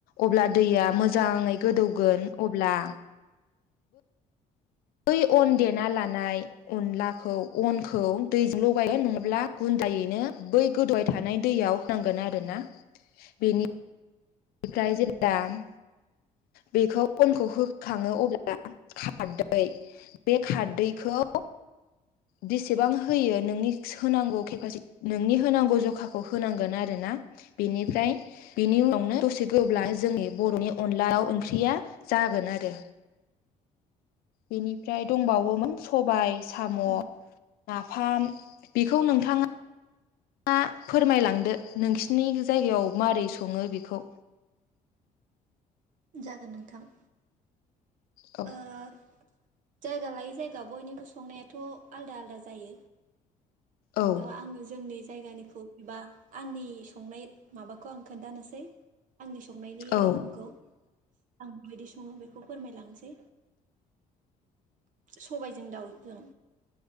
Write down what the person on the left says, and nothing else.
अब्ला दैया मोजाङै गोदौगोन अ अब्ला बै अन देना लानाय अनलाखौ अनखौ दैजों लगायो नङाब्ला गुन्दायैनो बै गोदौबाय थानाय दैयाव होनांगोन आरोना बेनि प्राइजेद दाम बेखौ अनखौ होखाङो अब्ला खारदै बे खारदैखौ बेसेबां होयो नोंनि होनांगौ केपासि नोंनि होनांगौ जखाखौ होनांगोन आरो ना बेनिफ्राय बेनि उनावनो दसे गोब्ला जोंनि बर'नि अनला दाउ ओंख्रिया जागोन आरो बेनिफ्राय दंबावोमोन सबाय साम'
ना फान बेखौ नोंथाङा मा फोरमायलांदो नोंसिनि जायगायाव मोरै सङो बेखौ?
औ
औ
औ